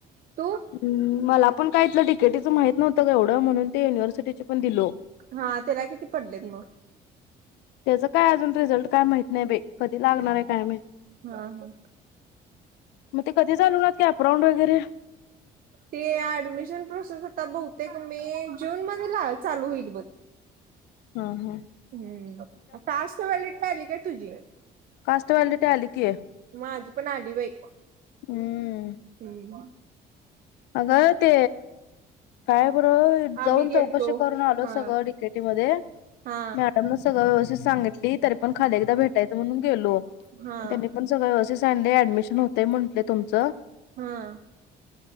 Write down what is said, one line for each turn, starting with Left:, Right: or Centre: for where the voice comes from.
Right: तू
Left: हम् मला पण का इतलं डी के टी च माहित नव्हतं गं एवढं म्हणून ते यूनिव्हर्सिटीच पण दिलो.
Right: हा त्याला किती पडलेत मग
Left: त्याचा काय अजून रिझल्ट काय माहित नाही बाई कधी लागणार आहे काय माहित?
Right: हा हा
Left: मग ते क ते चालू आहेत की अपराऊंड वगैरे
Right: ते ॲडमिशन प्रोसेस आता बहुतेक मे, जून मध्ये चालू होईल बघ.
Left: ह ह.
Right: हम्म टास्क <unintelligible> काय तुझी?
Left: कास्ट व्हॅलिडिटी आली की
Right: माझी पण‌ आली बाई.
Left: हम्म.
Right: हम्.
Left: अगं ते काय बरोबर जाऊन
Right: आम्ही गेलतो
Left: चौकशी करून आलो
Right: हा
Left: सगळं डीकेटी मध्ये
Right: हा
Left: मॅडम न सगळं व्यवस्थि् त सांगितली तरी पण खाली एकदा भेटायचं म्हणून गेलो.
Right: हा
Left: त्यांनी पण सगळं व्यवस्. संडे ॲडमिशन होतय म्हटलं तुमचं.
Right: हा